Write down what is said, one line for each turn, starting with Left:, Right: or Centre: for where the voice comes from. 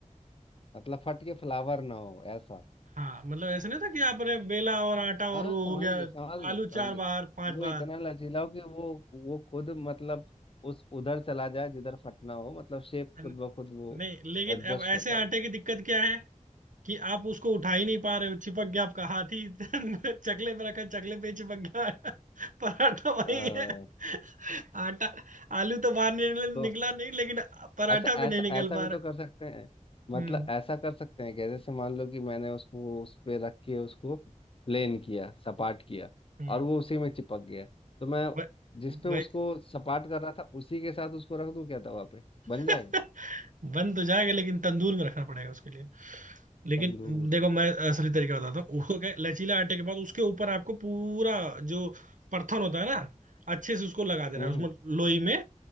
Left: मतलब फट के फ्लावर ना हो ऐसा
Right: हाँ मतलब ऐसा नहीं था कि आपने बेला और आटा और
Left: हाँ
Right: वो
Left: समझ
Right: हो गया
Left: गया समझ गया
Right: आलू
Left: समझ
Right: चार
Left: गया
Right: बार पांच
Left: वो
Right: बार
Left: इतना लचीला हो कि वो वो खुद मतलब उस उधर चला जाए जिधर फटना हो मतलब शेप
Right: न-
Left: खुद ब खुद वो
Right: नहीं लेकिन
Left: एडजस्ट
Right: अब
Left: होता
Right: ऐसे आटे
Left: रहे
Right: की दिक्कत क्या है कि आप उसको उठा ही नहीं पा रहे हो चिपक गया आपका हाथ ही <laughs> चकले पे रखा चकले पे ही चिपक गया <laughs> पराठा वही
Left: अ,
Right: है <laughs> आटा आलू तो बाहर नहीं
Left: तो
Right: निकला नहीं लेकिन पराठा
Left: अच्छा ऐसा
Right: भी नहीं निकल
Left: ऐसा
Right: पा
Left: भी
Right: रहा
Left: तो कर सकते हैं मतलब
Right: हम्म
Left: ऐसा कर सकते हैं कि जैसे मान लो कि मैंने उसको उस पे रख के उसको प्लेन किया सपाट किया
Right: हम्म
Left: और वो उसी में चिपक गया तो मैं
Right: ब-
Left: जिस
Right: भाई
Left: पे उसको सपाट कर रहा था उसी के साथ उसको रख दूं क्या तवा पे बन
Right: <laughs>
Left: जाएगा
Right: बन तो जाएगा लेकिन तंदूर में रखना पड़ेगा उसके लिए लेकिन
Left: तंदूर
Right: देखो मैं असली तरीका बताता हूँ <laughs> उसको क्या है, लचीला आटे के बाद उसके ऊपर आपको पूरा जो परथन होता है ना अच्छे से उसको लगा देना
Left: हम्म
Right: है उसमें लोई में